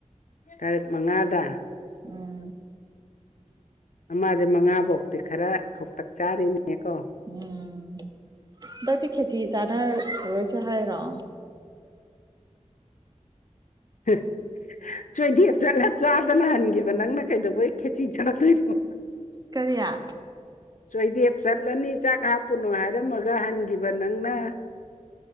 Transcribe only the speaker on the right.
ꯎꯝ
ꯎꯝ ꯗꯥꯛꯗꯤ ꯈꯦꯖꯤ ꯆꯅ ꯔꯣꯏꯁꯦ ꯍꯥꯏ ꯔꯣ
ꯀꯔꯤꯌꯥ